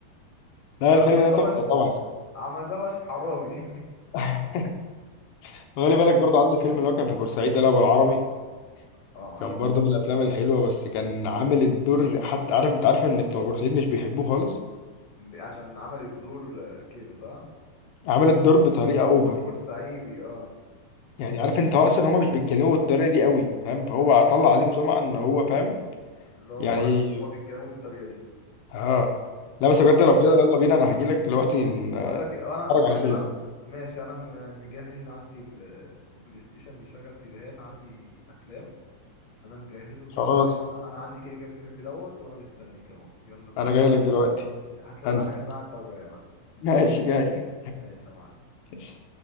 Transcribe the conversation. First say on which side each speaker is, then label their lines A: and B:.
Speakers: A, on the left; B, on the left.
A: لا
B: عم
A: الفيلم
B: دبش
A: ده تحفه طبعا
B: عم دبش حرامي
A: <laughs> خلي بالك برضه عنده فيلم اللي هو كان في بورسعيد ده اللي هو بالعربي
B: <laughs> اه
A: كان برضه من الافلام الحلوه بس كان عامل الدور حتى عارف انت عارف ان بتوع بورسعيد مش بيحبوه خالص
B: ل- عشان عمل الدور آه، كده صح
A: عامل الدور بطريقه
B: الب-
A: اوفر
B: بورسعيدي اه
A: يعني عارف انت هو اصلا هما مش بيتكلموا بالطريقه دي قوي فاهم فهو طلع عليهم سمعه ان هو فاهم
B: اللي هو
A: يعني
B: هما بيتكلموا بالطريقة دي
A: اه لا
B: طب
A: بس بجد
B: انا
A: لو كده يلا بينا انا هجيلك دلوقتي نتفرج
B: بقول لك ايه انا خلي
A: على فيلم
B: بالك ماشي انا م- مجهز عندي ال- البلاي ستيشن بيشغل سيديهات عندي افلام انا مجهزه وتعالى
A: خلاص
B: لي انا انا عندي كده كده الفيلم دوت وانا مستنيك اهو يلا بينا
A: انا جاي لك دلوقتي
B: هات لنا
A: هنزل
B: بقى حاجه ساعه انت وجاي يا معلم
A: ماشي جاي
B: ماشي يا معلم
A: يلا.